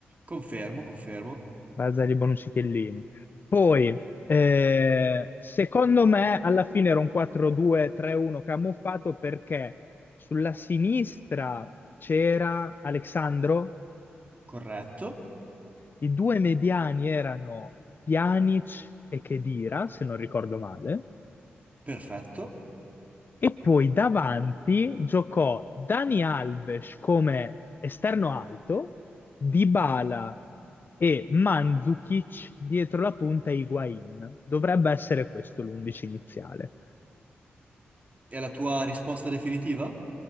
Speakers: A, on the right; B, on the left.
A: Confermo, confermo,
B: Barzagli, Bonucci, Chiellini. Poi, eh, secondo me, alla fine era un 4-2-3-1 camuffato perché sulla sinistra c'era Alexandro,
A: corretto,
B: i due mediani erano Pjanic e Khedira, se non ricordo male.
A: perfetto.
B: E poi davanti giocò Dani Alves come esterno alto, Dybala e Mandzukic dietro la punta Higuain. Dovrebbe essere questo l'undici iniziale.
A: E la tua risposta definitiva?